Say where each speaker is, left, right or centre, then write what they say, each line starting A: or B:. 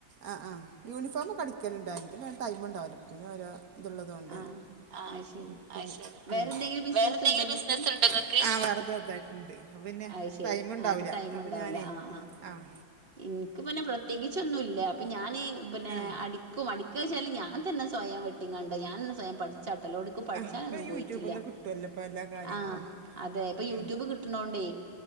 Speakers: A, on the right; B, on the right.
A: ആഹ് ആഹ് യൂണിഫോമൊക്കെ അടിക്ക ല്ണ്ട്. <unintelligible> ടൈമുണ്ടാവുല്ല പിന്നോരോ ഇത്ള്ളതോണ്ടേ.
B: ആഹ്
A: ആഹ്.
B: അത് ശരി
A: ഉം. അയ്ശരി.
B: വേറെ എന്തെങ്കിലും ബിസിനസ്
A: വേറെന്തെങ്കിലും
B: ഉണ്ടോ ഇങ്ങക്ക്
A: ബിസിനസ് ണ്ടോ ങ്ങ ക്ക്? ആഹ് വേറെ ത് ചെറുതായിട്ട്ണ്ട്. അപ്പപ്പിന്നെ
B: അത് ശരി
A: ടൈമ്ണ്ടാവൂല്ല.
B: ആഹ് അപ്പൊ ടൈം
A: ഇന്ന്
B: ഉണ്ടാവൂല
A: പ്പം ഞാനേ,
B: ആഹ്
A: ആഹ്.
B: ഇൻക്ക് പിന്നെ പ്രത്യേകിച്ചൊന്നുല്ല അപ്പൊ ഞാൻ പിന്നെ
A: ആ
B: അടി ക്കും. അടിക്ക്ണെച്ചാല് ഞാൻ തന്നെ സ്വയം വെട്ടിങ്ങാണ്ട് ഞാനന്നെ സ്വയം പഠി ച്ചാ വെട്ടല്. എവ്ട്ക്കും പഠിച്ചാനൊന്നും
A: ആ ഇപ്പ യൂട്യൂബ്ന്ന്
B: പോയിട്ടില്ല.
A: കിട്ടുവല്ലോ ഇപ്പ എല്ലാ കാര്യങ്ങളും
B: ആഹ് അതെ ഇപ്പ യൂട്യൂബ്
A: ഉം
B: കിട്ട്ണോണ്ടേ.